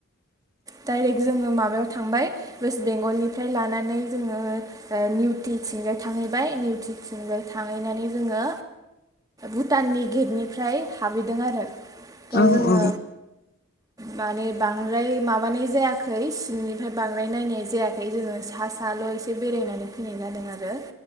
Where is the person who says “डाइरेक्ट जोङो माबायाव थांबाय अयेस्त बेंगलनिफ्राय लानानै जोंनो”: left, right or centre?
Right